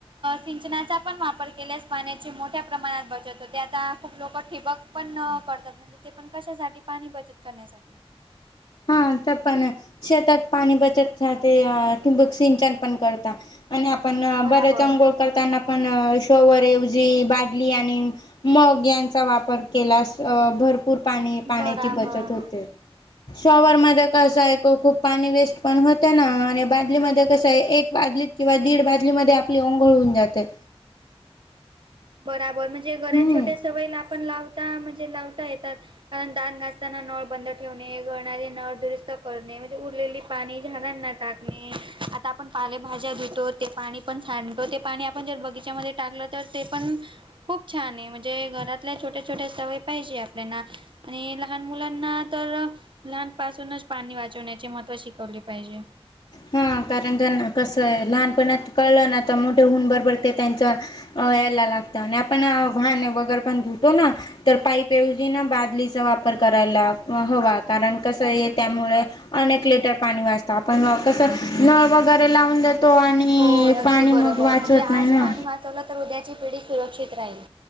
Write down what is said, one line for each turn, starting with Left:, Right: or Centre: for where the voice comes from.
Right: सिंचनाचा पण वापर केल्यास पाण्याची मोठ्या प्रमाणात बचत होते आता खूप लोक ठिबक पण न करतात म्हणजे ते पण कशासाठी पाणी बचत करण्यासाठी
Left: हा तर पण शेतात पाणी बचत ते टिंबक सिंचन पण करत आणि आपण
Right: बराबर
Left: बरच अंघोळ करताना पण शोवर एवजी बादली आणि मग्यांचा वापर केल्यास भरपूर पाणी
Right: बराबर
Left: पाण्याची बचत होते शॉवरमध्ये कसं आहे खूप पाणी वेस्ट पण होत ना आणि बादलीमध्ये कसं आहे एक बादलीत किंवा दीड बादलीमध्ये आपली ओंघळ होऊन जाते <inaudible>
Right: बराबर म्हणजे घरात
Left: हम्म.
Right: छोट्या सवयीला आपण लावता म्हणजे लावता येतात कारण दात घासताना नळ बंद ठेवणे गळणारे नळ दुरुस्त करणे म्हणजे उरलेली पाणी झाडांना टाकणे आता आपण पालेभाज्या धुतो ते पाणी पण सांडतो ते पाणी आपण जर बगीचामध्ये टाकलं तर ते पण खूप छान आहे म्हणजे घरातल्या छोट्या छोट्या सवयी पाहिजे आपल्याना आणि लहान मुलांना तर लहानपासूनच पाणी वाचवण्याचे महत्त्व शिकवले पाहिजे.
Left: हा कारण त्यांना कसंय लहानपणात कळलं ना त मोठे होऊन बरोबरते त्यांच्या अ यायला लागता आणि आपण वाहने वगैरे पण धुतो ना तर पाईपऐवजी ना बादलीचा वाप वापर करायला हवा कारण कसय त्यामुळे अनेक लिटर पाणी वाचत आप आपण कसं नळ वगैरे लावून देतो आणि
Right: हो अगदी
Left: पाणी
Right: बरोबर
Left: मग वाचवत
Right: म्हणजे आज
Left: नाही ना
Right: पाणी वाचवलं तर उद्याची पिढी सुरक्षित राहील.